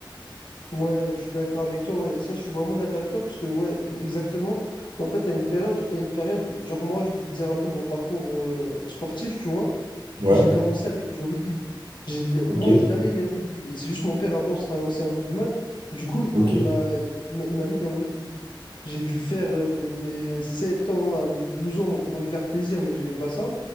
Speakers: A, on the left; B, on the right.
A: ouais, je suis d'accord avec toi, ouais, ça je suis vraiment d'accord avec toi, parce que ouais, exactement. En fait, à une période, j'étais à une période, genre moi, je vais te dire un peu mon parcours euh, sportif, tu vois.
B: Ouais,
A: J'ai commencé avec du rugby. J'ai- Moi,
B: ok,
A: j'ai jamais aimé le rugby, mais c'est juste mon père avant, c'était un ancien rugbyman. Du coup, il
B: ok.
A: m'a il m'a il m'a- il m'a mis dans le rugby. J'ai dû faire euh, de mes 7 ans à mes 12 ans pour lui faire plaisir, mais j'aimais pas ça.